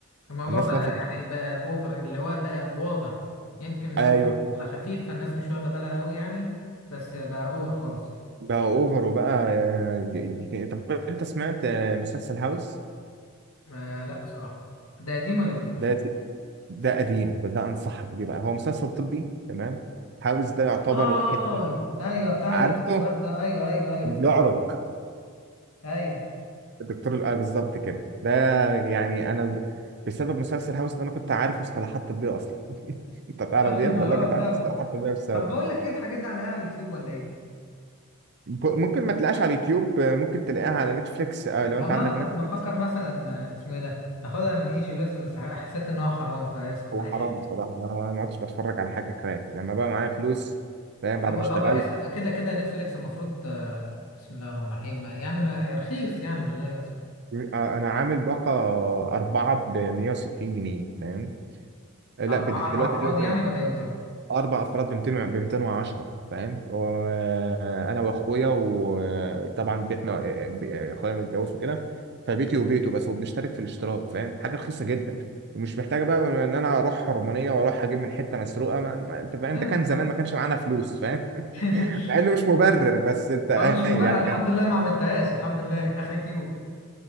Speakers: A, on the left (about 80°); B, on the right (about 50°).
A: الموضوع
B: الناس
A: بقى
B: لفظت
A: يعني بقى اوفر اللي هو بقى واضح يمكن لو
B: ايوه
A: كان على خفيف فالناس مش واخده بالها قوي يعني بس بقى اوفر خالص يعني
B: بقى اوفر وبقى آه، ج- ج- طب انت سمعت مسلسل هاوس
A: آه لا صراحه ده قديم ولا جديد ولا
B: ده
A: ايه؟
B: ده قديم فده انصحك بيه بقى هو مسلسل طبي تمام هاوس ده يعتبر
A: اي
B: واحد
A: ايوه بتاع
B: عارفه
A: الوردة ايوه ايوه ايوه
B: اللي
A: افتكرت
B: بيعرج
A: ايوه
B: الدكتور الآه بالظبط كده ده يعني انا بسبب مسلسل هاوس ده انا كنت عارف مصطلحات طبيه اصلا <laughs> انت تعرف
A: <laughs>
B: ديت
A: ما
B: والله
A: هو
B: كنت
A: بسببه
B: عارف مصطلحات طبيه بسبب
A: طب بقول لك ايه الحاجات دي عليها على اليوتيوب ولا ايه؟
B: ب- ممكن ما تلاقيهاش على اليوتيوب آه، ممكن تلاقيها على نتفليكس آه، لو
A: والله
B: انت عندك
A: انا كنت
B: نتفليكس
A: بفكر مثلا آه، اسمه ايه ده؟ ناخدها من اي جي بيست بس حسيت ان هو حرام فاسكت بقى
B: هو حرام بصراحه انا أنا ما عدتش بتفرج على حاجه كراك لما بقى معايا فلوس فاهم بعد
A: هو
B: ما
A: هو
B: اشتغلت
A: اس- كده كده نتفليكس المفروض آه، بسم الله الرحمن الرحيم آه، يعني ما رخيص يعني مش غالي اصلا
B: آه، انا عامل باقه اربعه ب 160 جنيه فاهم لا
A: أربعة
B: بت-
A: أربع
B: دلوقتي
A: أفراد
B: غير ده
A: يعني ولا إيه بالظبط؟
B: اربع افراد ب 200 ب 210 فاهم وانا واخويا وطبعا بيتنا ب- اخويا متجوز وكده فبيتي وبيته بس وبنشترك في الاشتراك فاهم حاجه رخيصه جدا ومش محتاجه بقى ان انا اروح حرمانيه واروح اجيب من حته مسروقه ما... انت فاهم
A: أيوه
B: ده
A: بالظبط
B: كان زمان ما كانش معانا فلوس فاهم
A: <laughs>
B: <laughs> مع انه مش مبرر بس انت
A: هو مش
B: أهي
A: مبالغ
B: يعني
A: الحمد
B: كان
A: لله ما عملتهاش الحمد لله آخر تيوب